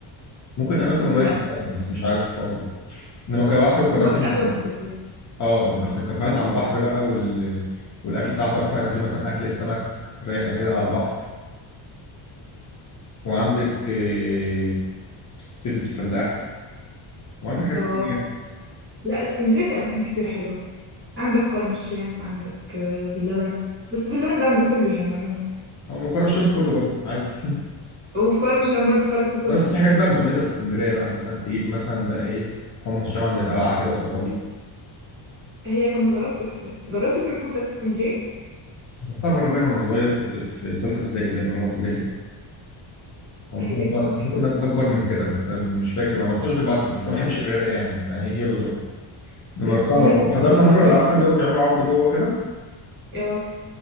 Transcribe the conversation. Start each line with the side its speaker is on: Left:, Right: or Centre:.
Left: ممكن اماكن واماكن
Right: لا
Left: بقى، بس مش عارف الحوار ده انما كبحر وكمثلا
Right: هو الاغلب بيبقى كده
Left: اه بس الكافيهات على البحر بقى وال... والاكل بتاعها تحفه تاكل مثلا اكله سمك رايقه كده على البحر وعندك آه، كبده الفلاح وعندك حاجات
Right: اه
Left: كتير يعني
Right: لا اسكندريه في اماكن كتير حلوه عندك كرم الشام عندك آه، باللبن بس باللبن ده عند كله يعني عموما
Left: او مقرب الشرف كله برضه عادي <laughs>
Right: آه، وفي كرم الشام برضو فعلا في كله
Left: بس في حاجات بقى متميزه في اسكندريه بقى مثلا تجيب مثلا بقى ايه حمص شام عند القلعه كده وتقعدي
Right: هي كمزارات تحفه جربت تروح مكتبه اسكندريه
Left: رحتها مره باين وانا صغير كنت في ثالثه ابتدائي باين ولا رابعه ابتدائي او ممكن
Right: هي دي
Left: أكبر
Right: كفسحه
Left: ممكن
Right: تحفه
Left: اكبر من كده بس أنا مش فاكر بقى ما رحتش غير بعد كده بس أنا ما بحبش القرايه يعني فهي هي بظروفها لما
Right: بس
Left: رحتها
Right: هي
Left: مره
Right: مش
Left: وحضرنا
Right: كلها
Left: مره
Right: قراية
Left: عارفه اللي هو بيعملوا عرض جوه كده
Right: اه